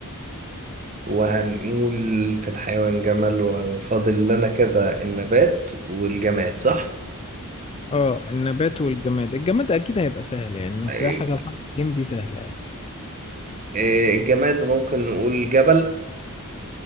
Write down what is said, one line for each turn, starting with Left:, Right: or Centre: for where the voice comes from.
Right: وهنقول في الحيوان جمل وفاضل لنا كده النبات والجماد صح؟
Left: اه النبات والجماد الجماد أكيد هيبقى سهل يعني إنك
Right: إيه-
Left: تلاقي حاجة بحرف الجيم دي سهلة يعني
Right: إيه، الجماد ممكن نقول جبل